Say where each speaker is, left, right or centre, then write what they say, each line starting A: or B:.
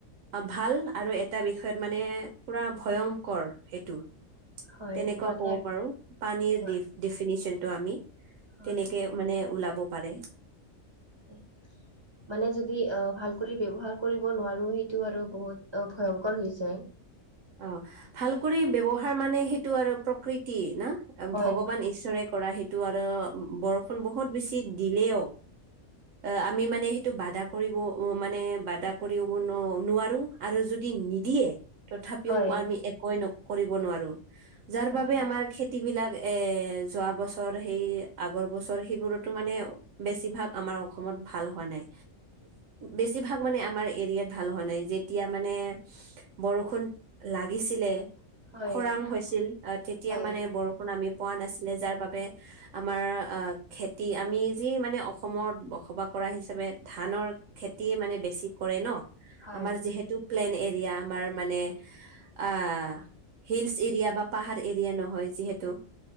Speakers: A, on the right (about 70°); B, on the right (about 35°).
A: ভাল আৰু এটা বিষয়ত মানে পুৰা ভয়ংকৰ সেইটো।
B: হয়
A: তেনেকুৱা
B: মানে
A: ক'ব পাৰো পানীৰ
B: হয়
A: ডিফিনেশ্যন টো আমি।
B: হয়
A: তেনেকে মানে ওলাব পাৰে।
B: উম। মানে যদি আহ ভাল কৰি ব্যৱহাৰ কৰিব নোৱাৰো সেইটো আৰু বহুত ভয়ংকৰ হৈ হৈছোয়।
A: অ ভাল কৰি ব্যৱহাৰ মানে সেইটো আৰু প্ৰকৃতি না।
B: হয়
A: ভগৱান ঈশ্বৰে কৰা সেইটো আৰু বৰষুণ বহুত বেছি দিলেও। অ আমি মানে সেইটো বাধা কৰিব মানে বাধা কৰিব নোৱাৰো আৰু যদি। নিদিয়ে তথাপিও
B: হয়
A: আমি একেই নকৰি নোৱাৰো যাৰ
B: হয়
A: বাবে আমাৰ খেতি। য বিলাক এ যোৱা বছৰ সেই আগৰ বছৰ সেইবোৰতো মানে বেছিভাগ আমাৰ। অসম ভাল হোৱা নাই। বেছি ভাগ আমাৰ এৰিআত ভাল হোৱা নাই তেতিয়া মানে। বৰষুণ। ষুণ লাগিছিলে
B: হয়
A: খৰাং হৈছিল তেতিয়া
B: হয়
A: মানে বৰষুণ আমি। পোৱা নাছিলে যাৰ বাবে আমাৰ খেতি আমি যি মানে অসমতা বসবাস কৰা হিচাপে ধানৰ খেতি মানে বেছি কৰে ন।
B: হয়
A: আমাৰ যিহেতু প্লেন এৰিয়া আমাৰ মানে। আহ শিলচ এৰিয়া বা পাহাৰ এৰিয়া নহয় যিহেতু।